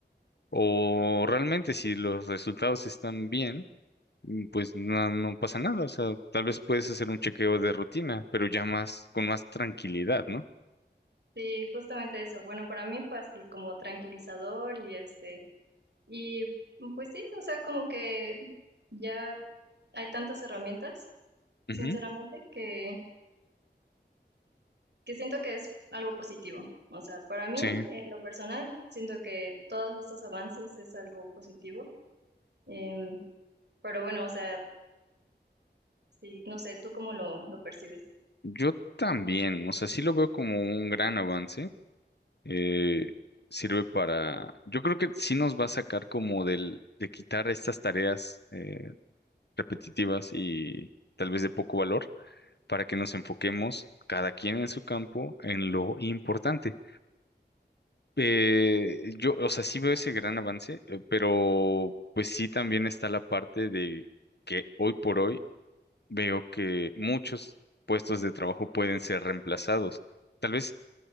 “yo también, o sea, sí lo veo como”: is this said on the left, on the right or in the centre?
Left